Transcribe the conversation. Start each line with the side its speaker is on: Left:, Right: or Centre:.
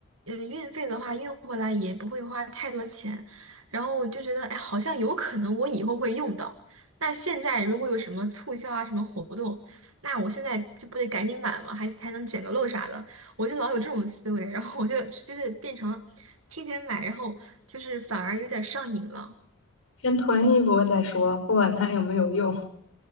Right: 呃运费的话运回来也不会花太多钱，然后我就觉得哎好像有可能我以后会用到。那现在如果有什么促销啊什么活动，那我现在就不得赶紧买嘛，还还能捡个漏啥的，我就老有这种思维，然后我就就是变成天天买，然后就是反而有点上瘾了。
Left: 先囤一波再说，不管它有没有用。